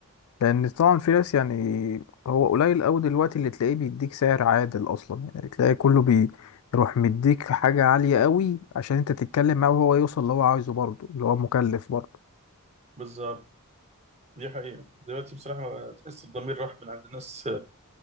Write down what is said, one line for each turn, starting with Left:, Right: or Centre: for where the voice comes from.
Left: لان طبعا في ناس يعني هو قليل قوي دلوقتي اللي تلاقيه بيديك سعر عادل اصلا يعني تلاقي كله بيروح مديك حاجه عاليه قوي عشان انت تتكلم معاه وهو يوصل اللي هو عايزه برضه اللي هو مكلف برضه
Right: بالظبط دي حقيقة دلوقتي بصراحة تحس الضمير راح من عند الناس